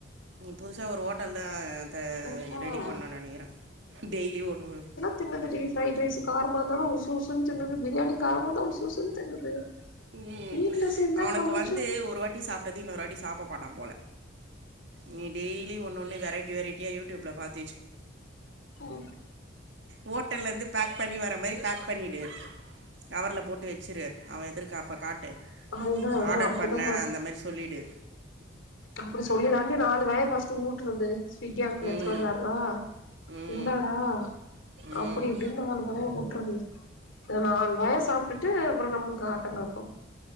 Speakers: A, on the right; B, on the left.
A: நீ புதுசா ஒரு ஹோட்டல்தா த
B: ம் ம்
A: ரெடி பண்னு நெனைக்கிறே டெய்லி ஒன்னு
B: தின்னது டி ஃப்ரைட் ரைஸு காரமா இருந்தாலு உஷ் உஷ்ன்னு தின்னது பிரியாணி காரமா இருந்தா உஷ் உஷ்ன்னு தின்னுது
A: ம்
B: வீட்ல செஞ்சா
A: அவனுக்கு
B: கொஞ்சோ
A: வந்து ஒரு வாட்டி சாப்ட்டது இன்னொரு வாட்டி சாப்படமாட்டா போல நீ டெய்லி ஒன்னொன்னு வெரைட்டி வெரைட்டியா யூடியூப்ல பாத்து வெச்
B: ம்
A: ஹோட்டல்லருந்து பேக் பண்ணி வர மாரி பேக் பண்ணிடு கவர்ல போட்டு வெச்சுரு அவ எதிர்க அப்ப காட்டு
B: அதுதா அதுதா
A: ஆடர்
B: அப்டிதா
A: பண்ண அந்த மாரி சொல்லிடு
B: அப்படி சொல்லி தாண்டி நாலு வாயி பஸ்ட்டு ஊட்டுருது ஸ்விகி அங்கிள்
A: ம்
B: எத்துனு வந்தார்ரா
A: ம்
B: இந்தாடா
A: ம்
B: அப்புடி இப்புடினு நாலு வாயி ஊட்டுறது இந்த நாலு வாய சாப்டு ட்டு அப்றோ நம்மளுக்கு ஆட்டங்காட்டு